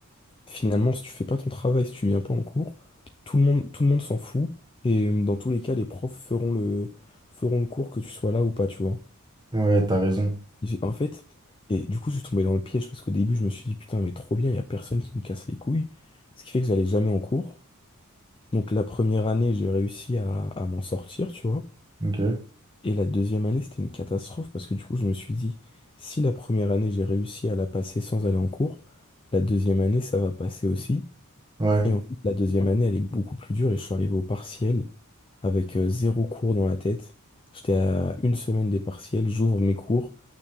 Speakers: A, on the left; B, on the right.
A: finalement, si tu fais pas ton travail, si tu viens pas en cours, tout le monde, tout le monde s'en fout. Et euh, dans tous les cas, les profs feront le, feront le cours que tu sois là ou pas, tu vois.
B: ouais, t'as raison.
A: J'ai- En fait, et du coup, je suis tombé dans le piège parce qu'au début, je me suis dit, putain, mais trop bien, il y a personne qui me casse les couilles. Ce qui fait que j'allais jamais en cours. Donc, la première année, j'ai réussi à, à m'en sortir, tu vois.
B: Ok.
A: Et la deuxième année, c'était une catastrophe parce que du coup, je me suis dit, si la première année, j'ai réussi à la passer sans aller en cours, la deuxième année, ça va passer aussi.
B: Ouais.
A: Et en fait, la deuxième année, elle est beaucoup plus dure et je suis arrivé au partiel avec euh, zéro cours dans la tête. J'étais à une semaine des partiels, j'ouvre mes cours.